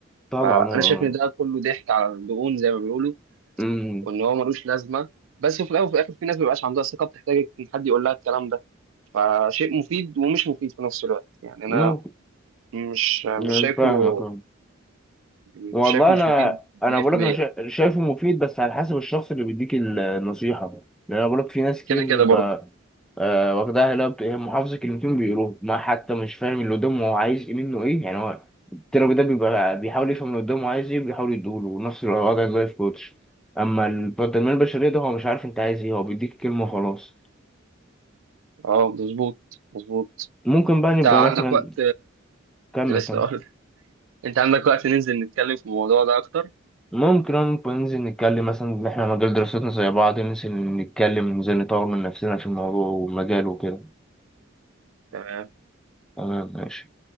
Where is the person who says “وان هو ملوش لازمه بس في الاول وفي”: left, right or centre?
Right